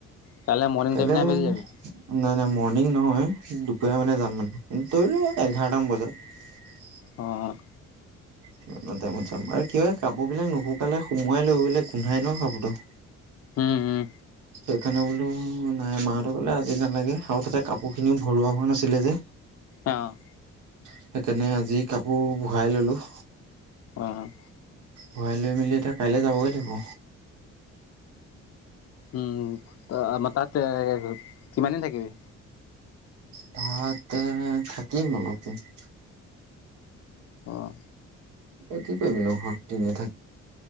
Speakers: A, on the left (about 55°); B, on the right (about 80°).
A: কাইলৈ
B: <unintelligible>
A: মৰ্ণিং যাবি
B: নাই,
A: নে আবেলি যাবি?
B: নাই মৰ্ণিং নহয়। দুপৰীয়া মানে, যাম মানে, ধৰি ল এঘাৰটা মান বজাত।
A: অ'।
B: কিমান টাইমত যাম। আৰু কি হয়, কাপোৰবিলাক নুশুকালে সোমোৱাই লৈ বোলে গোন্ধাই নহ কাপোৰটো।
A: উম-উম
B: সেইকাৰণে বোলো নাই মাহঁতো কলে আজি নালাগে আৰু তাতে কাপোৰ খিনিও ভৰোৱা হোৱা নাছিলে যে।
A: অ'।
B: সেইকাৰণে আজি কাপোৰ বহাই ললো।
A: অহ,
B: ভৰাই লৈ মেলি এতিয়া কাইলৈ যাবগে লাগিব।
A: উম, আমাৰ তাত কিমান দিন থাকিবি।
B: তাতে, থাকিম অলপ। <unintelligible>
A: অ',
B: এই কি কৰিবিনো শক্তি না।